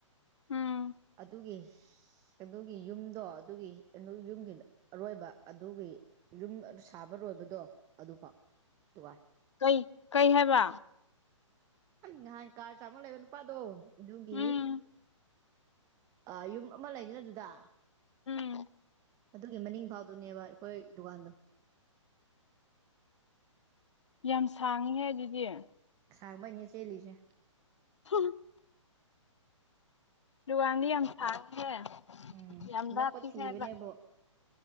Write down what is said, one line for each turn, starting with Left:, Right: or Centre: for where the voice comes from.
Left: ꯎꯝ
Right: ꯑꯗꯨꯒꯤ ꯑꯗꯨꯒꯤ ꯌꯨꯝꯗꯣ ꯑꯗꯨꯒꯤ ꯌꯨꯝꯒꯤ ꯑꯔꯣꯏꯕ ꯑꯗꯨꯒꯤ ꯌꯨꯝ ꯑꯗꯨ ꯁꯥꯕ ꯂꯣꯏꯕꯗꯣ ꯑꯗꯨꯐꯥꯎ ꯊꯨꯒꯥꯏ
Left: ꯀꯩ ꯀꯩ ꯍꯥꯏꯕ
Right: ꯅꯍꯥꯟ ꯀꯥꯔ ꯆꯥꯝꯃ ꯂꯩꯕ ꯅꯨꯄꯥꯗꯣ ꯑꯗꯨꯒꯤ
Left: ꯎꯝ
Right: ꯑꯥ ꯌꯨꯝ ꯑꯃ ꯂꯩꯗꯅ ꯑꯗꯨꯗ
Left: ꯎꯝ
Right: ꯑꯗꯨꯒꯤ ꯃꯅꯤꯡꯐꯥꯎ ꯑꯗꯨꯅꯦꯕ ꯑꯩꯈꯣꯏ ꯗꯨꯀꯥꯟꯗꯣ
Left: ꯌꯥꯝ ꯁꯥꯡꯉꯤꯍꯦ ꯑꯗꯨꯗꯤ
Right: ꯁꯥꯡꯕꯩꯅꯦ ꯆꯦꯜꯂꯤꯁꯦ
Left: <inaudible> ꯗꯨꯀꯥꯟꯗꯤ ꯌꯥꯝ ꯁꯥꯡꯉꯤꯍꯦ
Right: ꯎꯝ
Left: ꯌꯥꯝ ꯂꯥꯞꯄꯤ
Right: ꯅꯛꯄ ꯊꯤꯕꯅꯦꯕꯨ
Left: ꯍꯥꯏꯕ